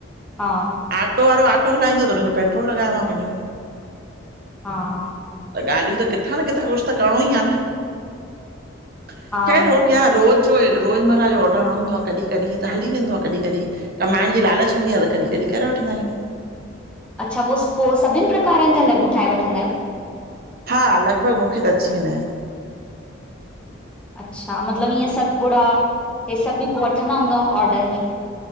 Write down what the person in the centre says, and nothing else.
हा।
हा।
हा
अच्छा पोइ- पोइ सभिनि प्रकारनि जा लॾु ठाहे वठंदा आहियो?
अच्छा मतलबु इअं सतपुड़ा, इहे सभु बि पोइ वठंदा हूंदव ऑर्डर में?